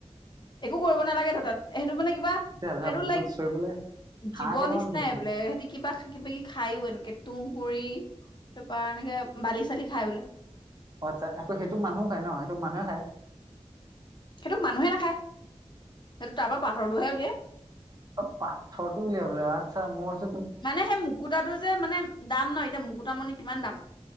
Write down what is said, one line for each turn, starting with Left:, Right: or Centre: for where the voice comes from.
Left: একো কৰিব নালাগেটো তাত সেইটো মানে কিবা
Right: এতিয়া আধা
Left: সেইটো
Right: পুখুৰীত
Left: লাইক
Right: চৰিবলে হাঁহ
Left: জীৱ
Right: কেইটামান
Left: নিচিনাই
Right: পুহিছো মানে
Left: বোলে সিহঁতি কিবা কিবি খাইও এনেকে তুঁহ গুৰি তাৰপা এনেকে বালি চালি খাই বোলে।
Right: অ'আচ্ছা, এহেতো সেইটোক মানুহো খায় ন সেইটোক মানুহে খায়।
Left: সেইটোক মানুহে নাখায়, সেইটো তাৰ পৰা পাথৰ টোহে উলিয়াই।
Right: অ' পাথৰটো উলিয়াবলৈ আচ্ছা মোৰ
Left: মানে সেই মুকুতাটো যে মানে দাম ন এতিয়া মুকুতা মণি কিমান দাম।